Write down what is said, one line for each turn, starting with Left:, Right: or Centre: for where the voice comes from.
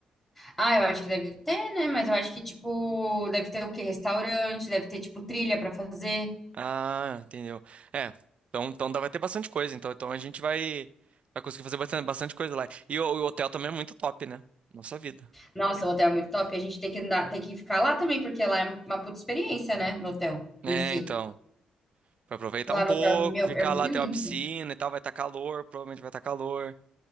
Centre: Ah, eu acho que deve ter, né? Mas eu acho que, tipo, deve ter o quê? Restaurante, deve ter, tipo, trilha pra fazer.
Right: Ah, entendeu. É, então, então dá- vai ter bastante coisa. Então, então a gente vai, vai conseguir fazer bastante, bastante coisa lá. E o, o hotel também é muito top, né? Nossa vida.
Centre: Nossa, o hotel é muito top. A gente tem que andar, tem que ficar lá também, porque lá é uma puta experiência, né? No hotel
Right: É,
Centre: em si.
Right: então. Pra aproveitar
Centre: Lá
Right: um
Centre: no
Right: pouco,
Centre: hotel, meu,
Right: ficar
Centre: é muito
Right: lá até
Centre: lindo.
Right: a piscina e tal, vai estar calor, provavelmente vai estar calor.